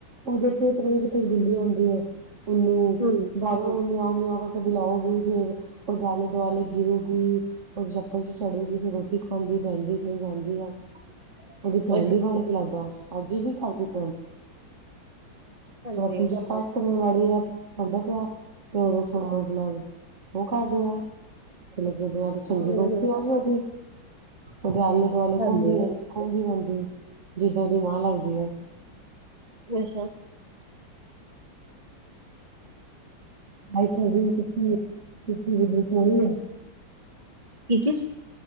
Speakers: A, on the right (about 35°); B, on the right (about 20°).
A: ਉਹਦੇ ਤੇ ਤ ਕਿਤੇੇ ਬਿੱਲੀਆਂ ਆਂਦੀਆਂ ਉਹਨੂੰ
B: ਹਮ
A: ਬਾਹਰੋਂ ਮਿਆਉ ਮਿਆ ਕਰਕੇ ਬੁਲਾਉਗੀ ਫੇਰ ਉਹ ਦ ਆਲੇ ਦੁਆਲੇ ਗਿਰੂਗੀ ਉਹ ਚੱਪਲ ਚ ਚੜੂਗੀ ਫਿਰ ਰੋਟੀ ਖਾਂਦੀ ਬੈਂਦੀ ਫਿਰ ਜਾਂਦੀ ਆ ਉਹਦੀ ਫੈਣ
B: ਅੱਛਾ
A: ਵੀ ਬਣ ਕੇ ਲੱਗਦਾ। ਅਜੇ ਵੀ ਕਰਦੀਦਾ
B: ਹਾਂਜੀ
A: ਪੂਜਾ ਪਾਠ ਣਵਾੜੀ ਆ ਪੰਧਕ ਆ ਤੇ ਉਦੋਂ ਥੋੜਾ ਮਤਲਬ ਉਹ ਕਰਦੇ ਆ ਲ ਉਹਦੇ ਨਾਲ ਚੰਗੀ
B: ਹਮ
A: ਦੋਸਤੀ
B: ਹਮ
A: ਆ ਗਈ ਉਹਦੀ ਉਹਦੇ ਆ ਉਦੋਂ ਵਾਲੇ
B: ਹਾਂਜੀ
A: ਘੁੰਮਦੀ ਰਹਿੰਦੀ ਘੁੰਮਦੀ ਰਹਿੰਦੀ ਜਿੱਦਾ ਉਦੀ ਮਾਂ ਲੱਗਦੀ ਹੈ
B: ਅੱਛਾ
A: ਆਈ ਚੁੀ ਚੁੀ ਬਲੀ ਆ
B: ਕਿ ਚੀਜ